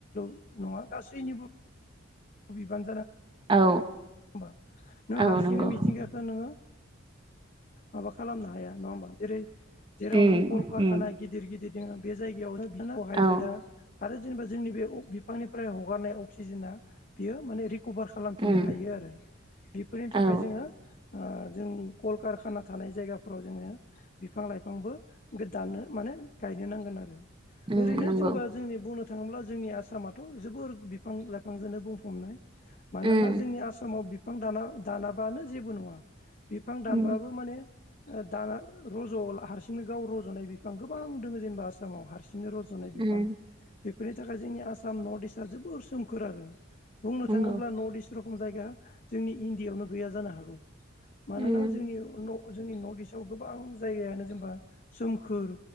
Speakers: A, on the left; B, on the right.
A: नङा गासैनिबो <unintelligible> बिबान
B: औ
A: होनबा नों
B: औ
A: हारसिङै
B: नंगौ
A: मिथिंगायखो नों हो माबा खालामनो हाया नङा होमबा जेरै जेराव
B: उम
A: नों कलकारखाना
B: उम
A: गिदिर गिदिर दोङो बे जायगायावनो बि <unintelligible> कार्ब हायद्रेदा
B: औ
A: आरो जेनेबा जोंनि बे अ बिफांनिफ्राय हगारनाय अक्सिजेना बेयो माने रि कभार खालामफिननो
B: उम
A: हायो आरो बेफोरनि थाखाय
B: औ
A: जोङो ओ जों कलकारखाना थानाय जायगाफोराव जोङो बिफां लाइफांबो गोदानो माने गायनो नांगोन आरो
B: उम
A: ओरैनो
B: नंगौ
A: जोंबा जोंनि बुंनो। थाङोब्ला जोंनि आसामाथ जोबोर बिफां लाइफांजोंनो बुंफबनाय
B: उम
A: मानोना जोंनि आस समाव बिफां दानाबानो जेबो नङा। बिफां दानबाबो
B: उम
A: माने ओ-दाना रज हारसिं नो गाव रजनाय बिफां गोबां दङ जेनेबा आसामाव हारसिंनो रजनाय बिफां
B: उम
A: बि बेनि थाखाय जोंनि आसाम नर्थ इस्टआ जोबोर सोमखोर आरो बुंनो
B: नंगौ
A: थाङोब्ला नर्थ इस्ट रखम जायगा जोंनि इण्डियायावनो गैया जानो हागौ मानोना
B: उम
A: जोंनि जोंनि नर्थ इस्टआव गोबां जायगायानो जेनेबा सोमखोर